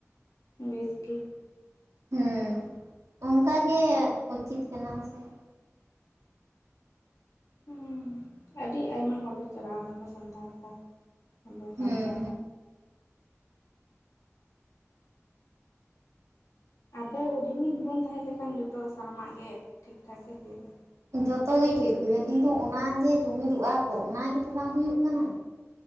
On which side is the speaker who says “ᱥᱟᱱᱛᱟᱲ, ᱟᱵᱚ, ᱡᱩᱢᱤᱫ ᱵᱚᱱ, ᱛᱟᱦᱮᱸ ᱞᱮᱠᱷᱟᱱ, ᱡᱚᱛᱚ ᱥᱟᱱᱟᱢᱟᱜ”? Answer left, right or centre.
Left